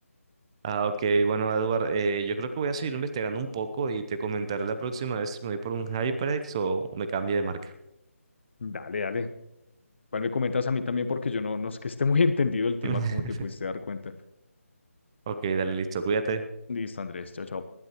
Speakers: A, on the right; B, on the left.
A: Ah, ok. Bueno, Edward, eh, yo creo que voy a seguir investigando un poco y te comentaré la próxima vez si me voy por un HyperX o o me cambio de marca.
B: dale, dale. Igual me comentas a mí también porque yo no, no es que esté muy <laughs> entendido el tema,
A: <laughs>
B: como te pudiste dar cuenta.
A: Ok, dale, listo. Cuídate.
B: Listo, Andrés, chao, chao.